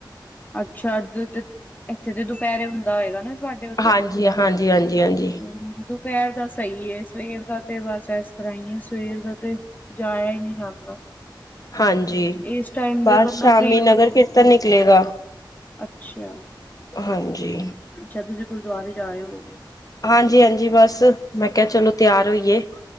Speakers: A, on the left; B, on the left.
A: ਅੱਛਾ ਅੱਜ ਇੱਥੇ ਤੇ ਦੁਪਹਿਰੇ ਹੁੰਦਾ ਹੋਏਗਾ ਨਾ। ਤੁਹਾਡੇ ਉੱਧਰ
B: ਹਾਂਜੀ, ਹਾਂਜੀ, ਹਾਂਜੀ, ਹਾਂਜੀ,
A: ਹੂੰ ਦੁਪਹਿਰ ਦਾ ਸਹੀ ਹੈ ਸਵੇਰ ਦਾ ਤੇ ਬੱਸ ਇਸ ਤਰ੍ਹਾਂ ਹੀ ਹੈ ਸਵੇਰ ਦਾ ਜਾਇਆ ਹੀ ਨਹੀਂ ਜਾਂਦਾ।
B: ਹਾਂਜੀ
A: ਇਸ ਟਾਈਮ
B: ਬੱਸ
A: ਤੇ ਬੰਦਾ
B: ਸ਼ਾਮੀ
A: ਫ੍ਰਰੀ ਹੋ
B: ਨਗਰ
A: ਕੇ
B: ਕੀਰਤਨ ਨਿਕਲੇਗਾ।
A: ਅੱਛਾ।
B: ਹਾਂਜੀ।
A: ਅੱਛਾ ਤੁਸੀ ਗੁਰਦੁਆਰੇ ਜਾ ਰਹੇ ਹੋਗੇ।
B: ਹਾਂਜੀ-ਹਾਂਜੀ ਬਸ ਮੈਂ ਕਿਹਾ ਚਲੋ ਤਿਆਰ ਹੋਈਏ।